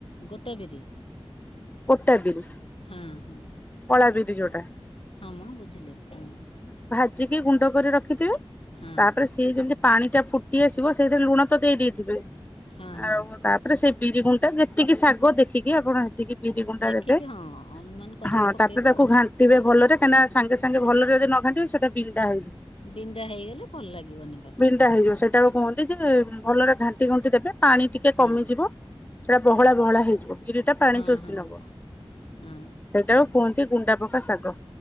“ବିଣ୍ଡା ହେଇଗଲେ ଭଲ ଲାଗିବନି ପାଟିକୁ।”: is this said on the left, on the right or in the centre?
Left